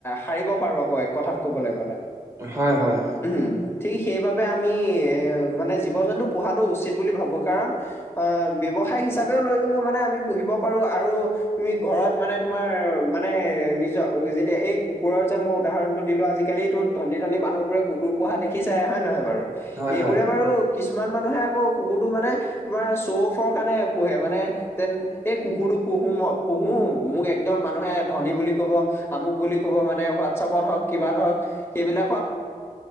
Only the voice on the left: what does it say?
সাৰিব পাৰো আকৌ এক কথাত। কবলে <unintelligible>
উম, ঠিক সেইবাবে আমি এ' মানে জীৱ-জন্তু পূহাটো উচিত বুলি ভাবো কাৰণ অ' ব্যৱসায় হিচাপেও লৈও মানে আমি পুহিব পাৰো আৰু তুমি ঘৰত মানে তোমাৰ মানে, নিজৰ যেতিয়া এই কুকুৰৰ যে মই উদাহৰণটো দিলো আজিকালি তো ধনী ধনী মানুহ বোৰে কুকুৰ পোহা দেখিচাই হয় নহয় বাৰু,
সেইবোৰে
বাৰু কিছুমান মানুহে আকৌ কুকুৰটো মানে, তোমাৰ শ্ব'ফৰ কাৰণে পোহে মানে যেন এই কুকুৰটো পুহো মই পুহো, মোক একদম মানুহে ধনী বুলি কব। আমুক বুলি কব মানে, হোৱাটছপত হওক কিবাত হওক সেইবিলাকত